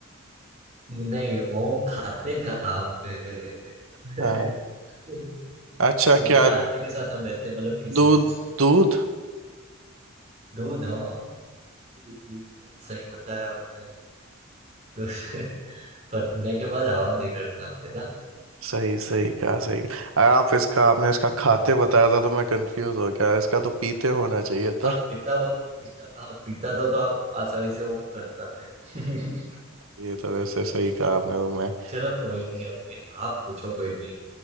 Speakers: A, on the right (about 30°); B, on the right (about 80°).
A: नहीं मोम खाते कहाँ पे <laughs>
B: हाँ अच्छा
A: सुबह
B: क्या
A: नाश्ते के साथ हम लेते हैं मतलब किसी
B: दूध
A: से
B: दूध
A: दूध हाँ बिल्कुल सही बताया आपने दूध <laughs> फटने के बाद आवाज नहीं करता है ना
B: सही सही कहा सही कहा आप इसका आपने इसका खाते
A: हाँ
B: बताया था तो मैं कंफ्यूज हो गया इसका तो पीते होना चाहिए था
A: आप पीता बन पीता हाँ पीता तो, तो आप आसानी से वो कर पाते हैं
B: ये तो वैसे सही कहा आपने तो
A: <laughs>
B: मैं
A: चलो कोई नहीं अभी आप पूछो कोई भी